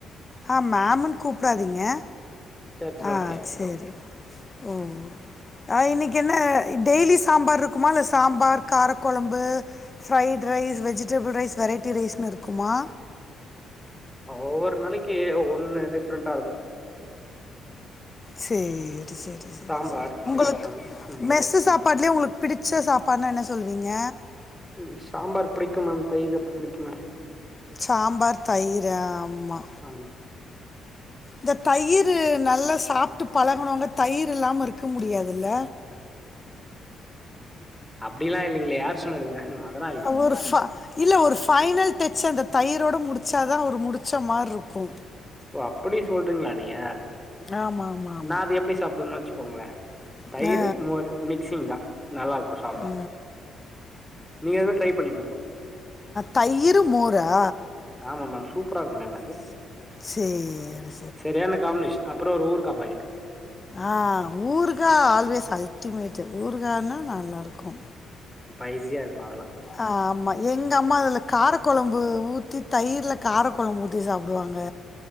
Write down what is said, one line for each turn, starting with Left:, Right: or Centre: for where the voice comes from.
Left: ஆ மமுன் கூப்டாதீங்க
Centre: சேர் சேர்
Left: ஆ
Centre: ஓகே
Left: செரி ஓ அ இன்னைக்கு என்ன டெய்லி சாம்பார் இருக்குமா இல்ல சாம்பார் காரக்கொழம்பு fried rice vegetable rice variety ரைஸ்னு இருக்குமா
Centre: ஒவ்வொரு நாளைக்கு ஒண்ணு டிஃப்ரெண்டா இருக்கு
Left: சேரி சேரி சேரி
Centre: சாம்பார்
Left: சேரி உங்களுக்கு
Centre: ரசம் மோரு
Left: மெஸ் சாப்பாடுலயே உங்களுக்கு பிடிச்ச சாப்பாட்னா என்ன சொல்லுவீங்க
Centre: ம் சாம்பார் பிடிக்கு மேம் தயிர் அப்ப பிடிக்கு மேம்
Left: சாம்பார் தயிரா ஆமா
Centre: ஆமா
Left: இந்த தயிரு நல்லா சாப்ட்டு பழகனவங்க தயிர் இல்லாம இருக்க முடியாதில்ல
Centre: அப்டிலா இல்லைங்ளே யார் சொன்னதுங்க அதெல்லா இல்லைங்க
Left: அவரு ஃபா இல்ல ஒரு ஃபைனல் டச் அந்த தயிரோட முடிச்சாதா ஒரு முடிச்ச மாரி இருக்கு
Centre: ஓ அப்டி சொல்றீங்க்ளா நீங்க
Left: ஆமாம் ஆமாம் ஆமாம்
Centre: நா அத எப்டி சாப்பிடும்ன்னு வச்சுக்கோங்ளே தயிரு
Left: ஆ,
Centre: மோரு மிக்சிங் தா நல்லா இருக்கு சாப்ட
Left: ஆ.
Centre: நீங்க எதும் ட்ரை பண்ணி பாருங்க
Left: தயிரு மோரா
Centre: ஆமா மேம் சூப்பரா இருக்கு மேம் அது
Left: சேரி
Centre: செரியான காம்பினேஷ அப்றொ ஒரு ஊருகா பாகெட்டு
Left: ஆ ஊர்கா ஆல்வேஸ் அல்டிமேட்டு் ஊர்கான்னா நல்லாருக்கு
Centre: பைசியா இருக்கு அதெல்லா
Left: ஆ ஆமா எங்க அம்மா அதுல காரக்கொழம்பு ஊத்தி தயிர்ல காரக்குழம்பு ஊத் தி சாப்டுவாங்க